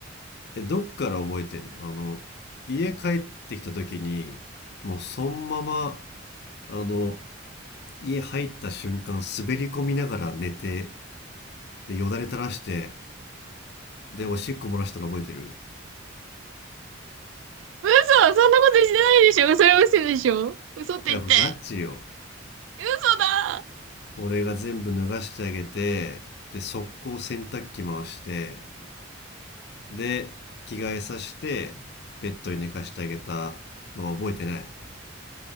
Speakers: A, on the left; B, on the right.
A: えどっから覚えてんのあの家帰ってきた時にもうそのままあの家入った瞬間滑り込みながら寝てでよだれ垂らしてでおしっこ漏らしたの覚えてる
B: 嘘そんなことしてないでしょ嘘嘘でしょ嘘って言って。
A: やっぱガチよ。
B: 嘘だ
A: 俺が全部脱がしてあげて、で、速攻洗濯機回して、で、着替えさせて、ベッドに寝かしてあげたのは覚えてない。